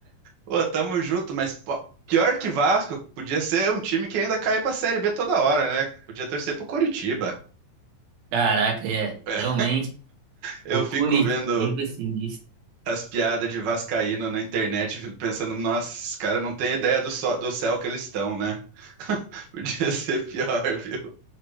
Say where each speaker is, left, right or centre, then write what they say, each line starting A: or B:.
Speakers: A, on the right; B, on the right.
A: ô, tamo junto, mas pô, pior que Vasco, podia ser um time que ainda cai pra Série B toda hora, né? Podia torcer pro Coritiba.
B: Caraca, é,
A: É,
B: realmente,
A: eu
B: o
A: fico
B: Curitiba
A: vendo
B: é sinistro.
A: as piadas de vascaíno na internet e fico pensando, nossa, esses caras não têm ideia do, só- do céu que eles estão, né? <laughs> Podia ser pior, viu?